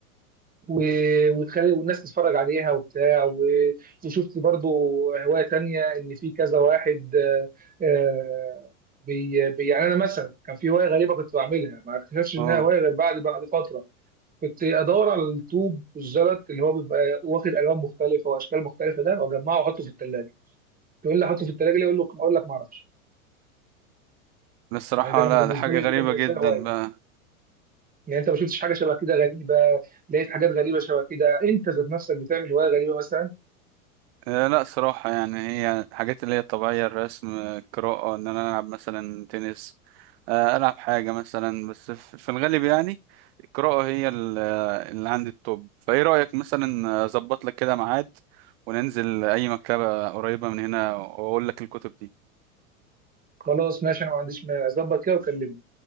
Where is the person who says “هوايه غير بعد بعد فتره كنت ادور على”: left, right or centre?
Right